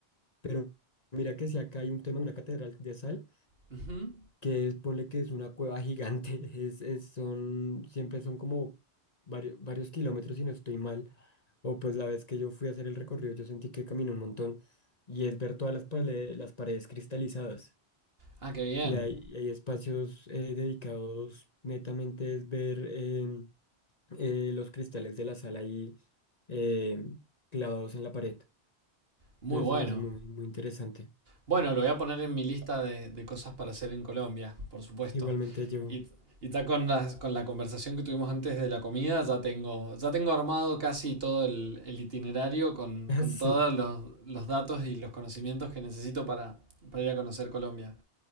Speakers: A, on the left (about 40°); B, on the right (about 60°).
A: pero mira que si acá hay un tema de una catedral de sal
B: Ujú.
A: que es, ponle que es una cueva gigante, <laughs> es, es- son, siempre son como varios, varios kilómetros si no estoy mal, o pues la vez que yo fui a hacer el recorrido yo sentí que caminé un montón, y es ver todas las, pale- las paredes cristalizadas,
B: Ah, qué bien.
A: y hay, hay espacios eh, dedicados netamente es ver em, eh, los cristales de la sala ahí em, clavados en la pared,
B: Muy
A: entonces
B: bueno.
A: se me hace muy, muy interesante.
B: Bueno, lo voy a poner en mi lista de, de cosas para hacer en Colombia, por supuesto.
A: Igualmente yo,
B: Y, y ya con las- con la conversación que tuvimos antes de la comida, ya tengo, ya tengo armado casi todo el, el itinerario con,
A: <laughs>
B: con todos
A: sí,
B: los, los datos y los conocimientos que necesito para, para ir a conocer Colombia.